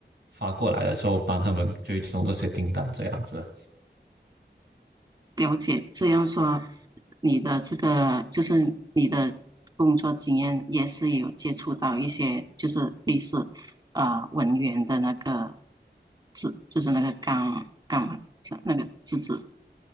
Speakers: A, on the right (about 75°); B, on the right (about 20°).
A: 发过来的时候，帮他们追踪这些订单这样子。
B: 了解，这样说，你的这个就是你的工作经验也是有接触到一些就是类似呃文员的那个字，就是那个岗岗嘛，是那个字字。